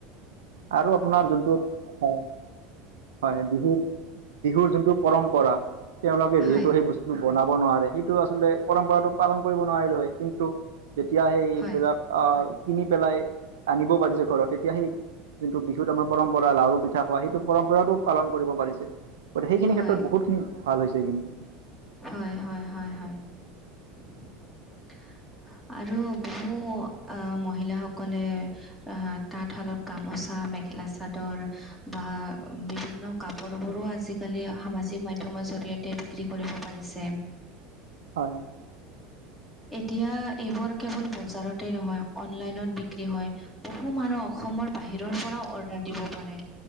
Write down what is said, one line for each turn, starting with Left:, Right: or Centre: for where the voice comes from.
Right: আৰু আপোনাৰ যোনটো হয় হয় বিহুৰ বিহুৰ যোনটো পৰম্পৰা তেওঁলোকে
Centre: হয়
Right: যিহেতু সেই বস্তু বনাব নোৱাৰে সেইটো আচলতে পৰম্পৰাটো পালন কৰিব নোৱাৰিলো হয় কিন্তু যেতিয়া সেইবিলাক
Centre: হয়
Right: আহ কিনি পেলাই আনিব পাৰিছে ঘৰত তেতিয়া সেই যোনটো বিহুত আমাৰ পৰম্পৰা লাৰু, পিঠা খোৱা সেইটো পৰম্পৰাটোও পালন কৰিব পাৰিছে। সেইখিনি
Centre: হয়
Right: ক্ষেত্ৰত
Centre: হয়
Right: বহুতখিনি ভাল হৈছে কিন্তু।
Centre: হয় হয় হয় হয়। <unintelligible> আৰু বহু আ মহিলাসকলে আ তাঁতশালত গামোচা, মেখেলা-চাদৰ বা বিভিন্ন কাপোৰবোৰো আজিকালি সামাজিক মাধ্যমৰ জৰিয়তে বিক্ৰী কৰিব পাৰিছে।
Right: হয়
Centre: এতিয়া এইবোৰ কেৱল বজাৰতে নহয় অনলাইনত বিক্ৰী হয়। বহু মানুহ অসমৰ বাহিৰৰ পৰাও অৰ্ডাৰ দিব পাৰে।